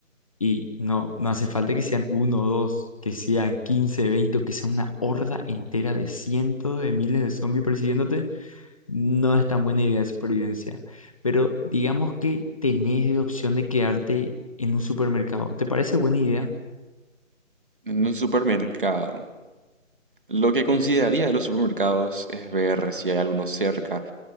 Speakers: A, on the left; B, on the right.
A: Y no, no hace falta que sean uno o dos, que sean 15 20 o que sea una horda entera de cientos de miles de zombies persiguiéndote. No es tan buena idea de supervivencia. Pero digamos que tenés la opción de quedarte en un supermercado. ¿Te parece buena idea?
B: En un supermercado. Lo que consideraría de los supermercados es ver si hay alguno cerca